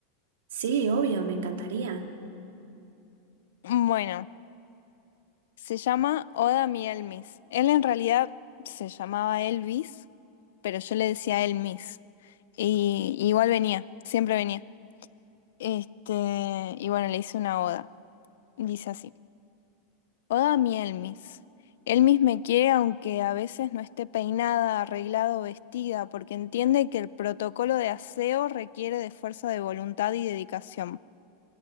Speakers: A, on the right (about 85°); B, on the left (about 85°).
A: Sí, obvio, me encantaría.
B: Bueno. Se llama Oda mi Elmis. Él en realidad se llamaba Elvis, pero yo le decía Elmis. Y igual venía, siempre venía. Este, y bueno, le hice una oda. Dice así: Oda mi Elmis. Elmis me quiere aunque a veces no esté peinada, arreglada o vestida, porque entiende que el protocolo de aseo requiere de fuerza de voluntad y dedicación.